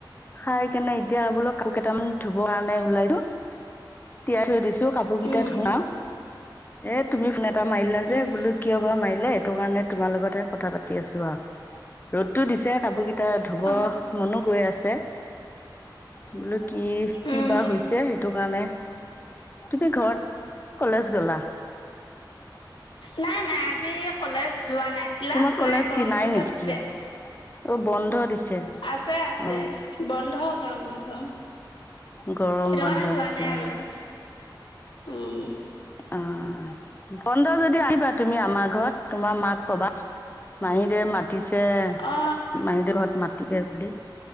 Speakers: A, on the left; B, on the left.
A: খাই কেনে এতিয়া আৰু বোলো ক কেইটামান ধুব কাৰ নাই ওলাইছো তিয়াই থৈ দিছো কাপোৰ কেইটা
B: উম
A: ধোৱাও এ তুমি ফোন এটা মাৰিলা
B: উম
A: যে বোলো কিয় বাাৰ মাৰিলা কাৰণে তোমাৰ লগতে কথা পাতি আছো আৰু ৰ'দো দি ক এটা ধুবৰ
B: অ
A: মনো গৈ আছে। বোলো কি কি
B: উম
A: বা হৈছে সেইটো কাৰণে তুমি ঘৰ কলেজ গলা
B: নাই নাই আজি কলেজ যোৱা নাই ক্লাছ
A: তোমাৰ কলেজ
B: নাই গৰম
A: কি
B: বন্ধ
A: নেকি
B: দিছে।
A: অ বন্ধ দিছে
B: আছে, আছে
A: অ
B: বন্ধ গৰম বন্ধ। সেইটো
A: গৰম বন্ধ
B: কাৰণে যোৱা
A: দিছে
B: নাই আৰু
A: অ
B: উম
A: অ, বন্ধ যদি আহ, তুমি আমাৰ ঘৰত তোমাৰ মাক কবা মাহী দে মা পাতিছে
B: অ
A: মাহীদউ ঘৰত মা ছে বুলি